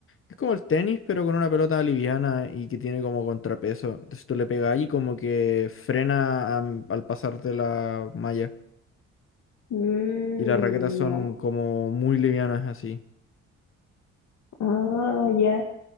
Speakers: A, on the left (about 45°); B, on the left (about 70°).
A: Es como el tenis, pero con una pelota liviana y que tiene como contrapeso. Entonces tú le pegas y como que frena am- al pasarte la malla.
B: Mm,
A: Y las raquetas son
B: ya.
A: como muy livianas así.
B: Ah, ya.